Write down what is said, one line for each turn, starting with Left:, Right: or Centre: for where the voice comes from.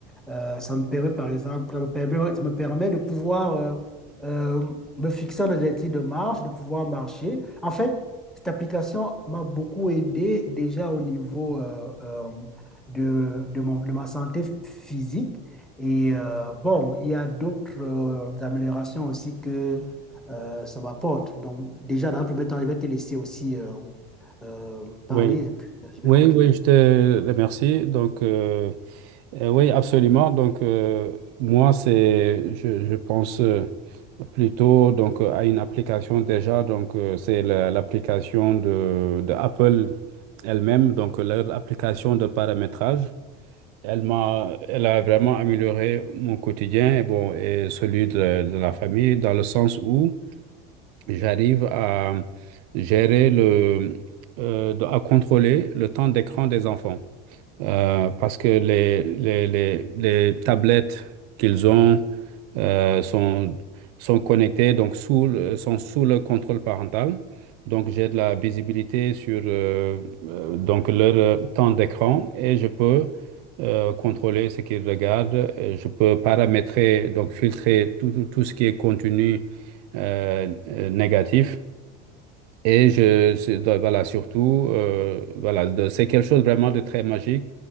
Centre: Euh, ça me permet, par exemple, ça me permet, ouais, ça me permet de pouvoir euh, euh, me fixer un objectif de marche, de pouvoir marcher. En fait, cette application m'a beaucoup aidé déjà au niveau euh, euh, de, de, mon- de ma santé physique. Et euh, bon, il y a d'autres euh, améliorations aussi que euh, ça m'apporte. Donc, déjà, dans un premier temps, je vais te laisser aussi euh, euh, parler
Right: Oui,
Centre: et puis je vais
Right: oui,
Centre: continuer.
Right: oui, je te remercie. Donc, euh, euh, oui, absolument. Donc, euh, moi, c'est, je, je pense euh, plutôt donc euh, à une application déjà. Donc, euh, c'est la- l'application de, de Apple elle-même, donc euh, leur application de paramétrage. Elle m'a, elle a vraiment amélioré mon quotidien et bon, et celui de, de la famille dans le sens où j'arrive à gérer le, euh, de- à contrôler le temps d'écran des enfants euh, parce que les, les, les, les tablettes qu'ils ont euh, sont, sont connectées, donc sous, le- sont sous le contrôle parental. Donc j'ai de la visibilité sur euh, euh, donc leur euh, temps d'écran et je peux euh, contrôler ce qu'ils regardent. Et Je peux paramétrer, donc filtrer tout, tout, tout ce qui est contenu euh, euh, négatif. Et je, c'est- donc, voilà, surtout, euh, voilà, de- c'est quelque chose vraiment de très magique.